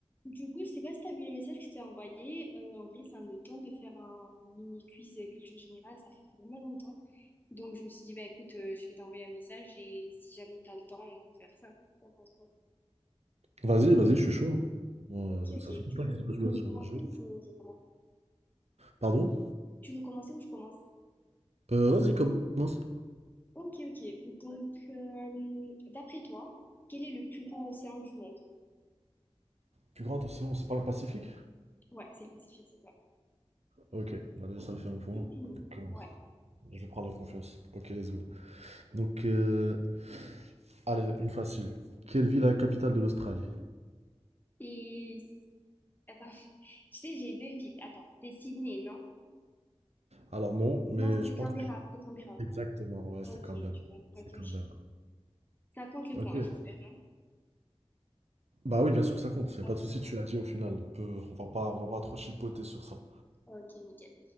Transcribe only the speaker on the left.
Du coup, je sais pas si t'as vu le message que je t'ai envoyé. Euh, en vrai, ça me tente de faire un mini quiz euh, culture générale. Ça fait vraiment longtemps. Donc, je me suis dit, bah écoute, euh, je vais t'envoyer un message et si jamais t'as le temps, on peut faire ça. T'en penses quoi?
Ok,
ok.
Tu veux,
tu
veux
commencer
ou je, je commence?
Tu veux commencer ou je commence?
Ok, ok. Donc, euh, d'après toi, quel est le plus grand océan du monde?
Ouais, c'est le Pacifique, c'est ça.
<clears throat>
Ouais.
Et attends, <laughs> tu sais, j'ai deux villes. Attends, c'est Sydney, non?
Non, c'est
Canberra.
C'est Canberra.
Ok,
tu vois. Ok,
ok.
Ça compte le
point, j'espère, non?
Ok,
ok, nickel.